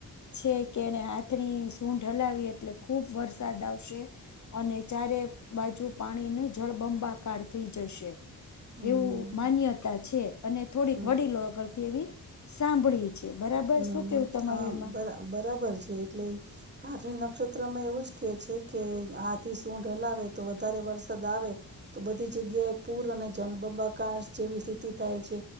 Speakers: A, on the left (about 50°); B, on the right (about 30°).
A: છે, કે એને <unintelligible> સૂંઢ હલાવી એટલે ખૂબ વરસાદ આવશે અને ચારે બાજુ પાણીનુ જળબંબાકાર થઈ જશે
B: હમ હમ
A: એવું માન્યતા છે અને થોડીક
B: હમ
A: વડીલોગળથી એવી સાંભળી છે, બરાબર
B: હમ
A: શું કેવું તમારું
B: હા <unintelligible>
A: એમાં
B: બરાબર છે, એટલે આથ્રી નક્ષત્રમાં એવું જ કે છે, કે હાથી સૂઢ હલાવે તો વધારે વરસાદ આવે તો બધી જગ્યાએ પૂર અને જલબંબાકાર જેવી સ્થિતિ થાય છે